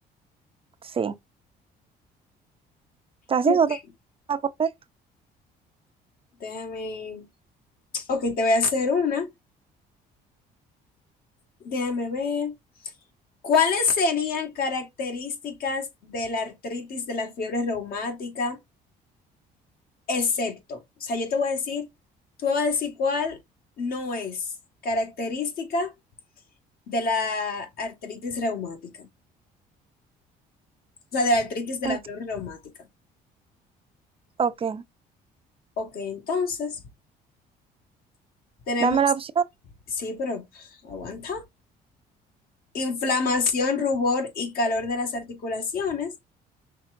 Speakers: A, on the right; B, on the left.
A: Sí. ¿Está así?
B: Ok,
A: ¿Eso está correcto?
B: déjame. Ok, te voy a hacer una. Déjame ver. ¿Cuáles serían características de la artritis de la fiebre reumática, excepto? O sea, yo te voy a decir, tú me vas a decir cuál no es característica de la artritis reumática. O sea, de la artritis de
A: Ok.
B: la fiebre reumática.
A: ok.
B: Ok, entonces tenemos,
A: Dame la opción
B: sí, pero aguanta. Inflamación, rubor y calor de las articulaciones.